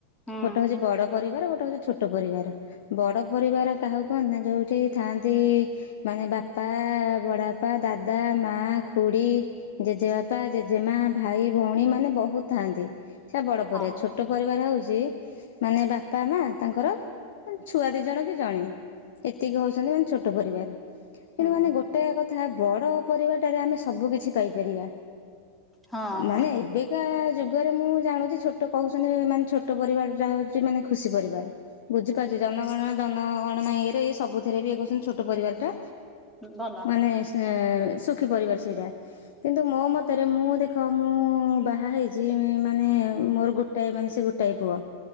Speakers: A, in the centre; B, on the left.
A: ହୁଁ
B: ଗୋଟେ ହଉଛି ବଡ ପରିବାର ଗୋଟେ ହଉଛି ଛୋଟ ପରିବାର। ବଡ ପରିବାର କାହାକୁ କୁହନ୍ତି ନା ଯୋଉଠିଥାନ୍ତି ମାନେ ବାପା, ବଡ ବାପା, ଦାଦା, ମା, ଖୁଡି, ଜେଜେବାପା, ଜେ ମା, ଭାଇଭଉଣୀ ମାନେ ବହୁତ୍ ଥାଆନ୍ତି ସେଟା ବଡ଼ ପରିବାର
A: ହଁ
B: ଛୋ ଛୋଟ ପରିବାର ହଉଛି ମାନେ ବାପା ମା ତାଙ୍କର ମାନେ ଛୁଆ ଦି ଜଣ କି ଜଣେ ଏତିକି ହଉଛନ୍ତି ମାନେ ଛୋଟ ପରିବାର, କିନ୍ତୁ
A: ହୁଁ
B: ମାନେ ଗୋ ଗୋଟେ କଥା ବଡ ପରିବାରଟାରେ ଆମେ ସବୁ କିଛି ପାଇପାରିବା।
A: ହଁ
B: ମାନେ ଏବେ ଶିକା ଯୁଗରେ ମୁଁ ଜାଣୁଛି ଛୋଟ କହୁଛନ୍ତି ମାନେ ଛୋଟ ପରିବାରଟା ହଉଛି ମାନେ ଖୁସି ପରିବାର। ବୁଝିପାରୁଚି ଜନଗଣନା ଜନଗ ନା ଇରେ ସବୁଥିରେ ୟିଏ <unintelligible> ଛୋଟ ପରିବାର ଟା
A: ଭଲ
B: ମାନେ ଉଁ କିନ୍ତୁ ସୁଖୀ ପରିବାର ସେଇଟା କିନ୍ତୁ ମୋ ମତରେ ମୁଁ ଦେଖ ମୁଁ ବାହା ହେଇଚି ମାନେ ମୋର ଗୋଟାଏ ମାନେ ସେଇ ଗୋଟାଏ ପୁଅ